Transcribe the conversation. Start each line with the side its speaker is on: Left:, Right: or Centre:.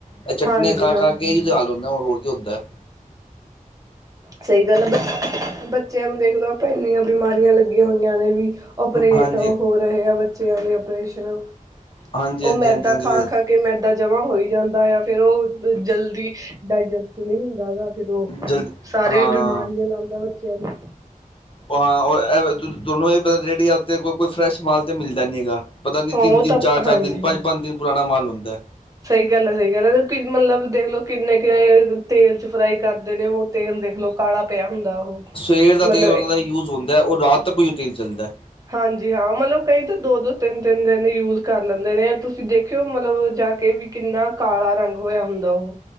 Left: ਹੈ ਚਟਨੀਆਂ
Right: ਹਾਂਜੀ
Left: ਖਾ
Right: ਹਾਂ
Left: ਖਾ ਕੇ ਹੀ।। ਜਾਲੁੰਦਾ ਉਹ ਰੋੜ ਦਾ ਹੈ।
Right: ਸਹੀ ਗੱਲ ਹੈ ਬ ਬੱਚਿਆਂ ਨੂੰ ਦੇਖਲ ਆਪਾਂ ਇੰਨੀਆਂ ਬਿਮਾਰੀਆਂ ਲੱਗੀਆਂ ਹੋਈਆਂ ਨੇ ਵੀ ਓਪਰੇਟ
Left: ਹਾਂਜੀ
Right: ਹੋ ਰਹੇ ਆ ਬੱਚਿਆਂ ਦੇ ਓਪਰੇਸ਼ਨ
Left: ਹਾਂਜੀ
Right: ਉਹ
Left: ਹਾਂਜੀ
Right: ਮੈਦਾ
Left: ਹਾਂਜੀ ਹਾਂਜੀ
Right: ਖਾ ਖ ਕੇ ਮੈਦਾਾਂ ਜਮਾਂ ਹੋਈ ਜਾਂਦਾ ਆ ਫੇਰ ਉਹ। ਜਲਦੀ ਡਾਇਜਸਟ ਨਹੀਂ ਹੁੰਦਾ ਗਾ ਫੇਿਰ ਉਹ
Left: ਜਲਦੀ
Right: ਸਾਰੀਆਂ
Left: ਹਾਂ
Right: ਬਿਮਾਰੀਆਂ। ਇਹ ਲਾਂਦਾ ਬੱਚਿਆਂ ਨੂੰ
Left: ਉਹ ਹਾਂ ਉਹ ਤੁਹਾਨੂੰ ਇਹ ਪਤਾ, ਰੇਹੜੀਆਂ ਉੱਤੇ ਕੋਈ-ਕੋਈ ਫਰੈਸ਼ ਮਾਲ ਤਾਂ ਮਿਲਦਾ ਨਹੀਂ ਹੈਗਾ। ਪਤਾ ਨੀ
Right: ਉਹ
Left: ਤਿੰਨ-ਤਿੰਨ,
Right: ਤਾਂ
Left: ਚਾਰ-ਚਾਰ
Right: ਹਾਂਜੀ
Left: ਦਿਨ, ਪੰਜ-ਪੰਜ
Right: ਹਾਂ
Left: ਦਿਨ ਪੁਰਾਣਾ ਮਾਲ ਹੁੰਦਾ।
Right: ਸਹੀ ਗੱਲ ਐ, ਸਹੀ ਗੱਲ ਐ, ਮਤਲਬ ਦੇਖਲੋ ਕਿੰਨੇ ਕ ਤੇਲ ਚ ਫਰਾਈ ਕਰ ਕਰਦੇ ਨੇ ਉਹ ਤੇਲ ਦੇਖ ਲਓ, ਕਾਲਾ ਪਿਆ ਹੁੰਦਾ ਉਹ
Left: ਸਵੇਰ ਦਾ
Right: ਮਤਲਬ।
Left: ਤੇਲ ਉਹਨਾਂ ਦਾ ਯੂਜ ਹੁੰਦਾ ਉਹ ਰਾਤ ਤੱਕ ਓਹੀ ਰੂਟੀਨ ਚੱਲਦਾ।
Right: ਹਾਂਜੀ ਹਾਂ, ਮਤਲਬ ਕਈ ਤਾਂ ਦੋ-ਦੋ, ਤਿੰਨ-ਤਿੰਨ ਦਿਨ ਯੂਜ ਕਰ ਲੈਂਦੇ ਨੇ। ਤੁਸੀਂ ਦੇਖਿਓ ਮਤਲਬ ਜਾ ਕੇ ਵੀ, ਕਿੰਨਾ ਕਾਲਾ ਰੰਗ ਹੋਇਆ ਹੁੰਦਾ ਉਹ।